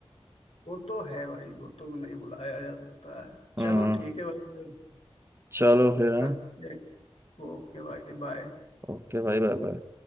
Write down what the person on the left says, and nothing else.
वो तो है भाई वो तो नहीं भुलाया जा सकता है चलो
ठीक है भाई
करते हैं। ओके भाई बाय